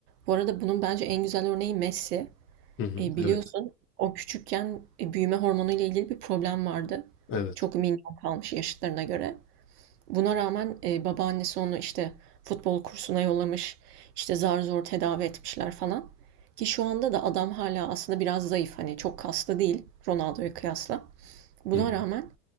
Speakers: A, on the right; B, on the left.
A: Bu arada bunun bence en güzel örneği Messi.
B: Hı hı.
A: E, biliyorsun
B: Evet.
A: o küçükken e, büyüme hormonu ile ilgili bir problem vardı.
B: Evet.
A: Çok minyon kalmış yaşıtlarına göre. Buna rağmen e, babaannesi onu işte futbol kursuna yollamış, işte zar zor tedavi etmişler falan. Ki şu anda da adam hala aslında biraz zayıf hani çok kaslı değil Ronaldo'ya kıyasla. Buna
B: Hı hı.
A: rağmen